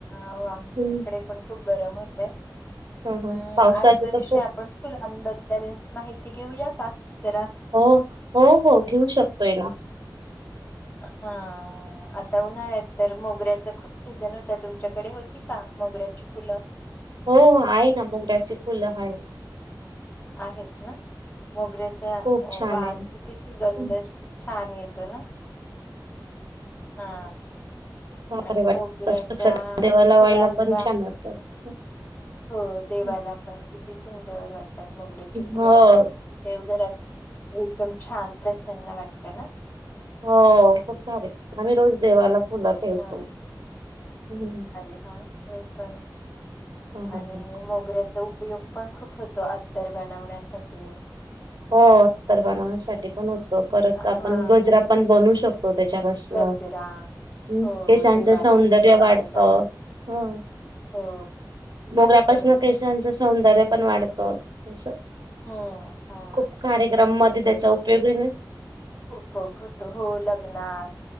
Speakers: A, on the left; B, on the right.
A: होह आम
B: हं.
A: इकडे पण खूप गरम होते.
B: हं, हं.
A: हम्म
B: पावसाचे
A: आजचा विषय
B: तर खूप
A: आपण फुलांबद्दल माहिती घेऊया का जरा
B: हो हो हो घेऊ शकतोय ना
A: हा. आता उन्हाळ्यात तर मोगऱ्याच खूप सीझन होत तुमच्याकडे होती का मोगऱ्याची फुलं
B: हो आहे ना मोगऱ्याची फुलं आहे.
A: आहेत ना मोगऱ्याचा
B: खूप छान
A: वास
B: आहे.
A: किती सुगंध
B: हं.
A: छान येतो ना हा
B: भारी
A: आणि
B: वाटतं
A: मोगऱ्याच्या
B: तसं देवाला लावायला
A: फुलांचा
B: पण छान वाटतं. हं,
A: हो देवाला
B: हं.
A: पण किती सुंदर वाटतात मोगऱेची फुलं
B: हो.
A: वाली देवघरात एकदम छान प्रसन्न वाटतं ना
B: हो खूप सारे आम्ही रोज देवाला फुलं ठेवतो.
A: ह
B: हं, हं.
A: अरे ह मी पण
B: हं, हं,
A: आणि
B: हं.
A: मोगऱ्याच उपयोग पण खूप होतो, अत्तर बनवण्यासाठी.
B: हो अत्तर बनवण्यासाठी पण होतो. परत
A: हा
B: आपण गजरा पण बनू शकतो त्याच्यापासून.
A: गजरा.
B: हम्म
A: हो
B: केसांचं
A: देवाला
B: सौंदर्य
A: फुलं व्हायला
B: वाढत. हं
A: हो
B: मोगऱ्यापासन
A: बरोबर
B: केशांच सौंदर्य पण वाढत अस.
A: हो हा.
B: खूप कार्यक्रम मध्ये त्याचा उपयोग <unintelligible>
A: उपोग होतो. हो लग्नात,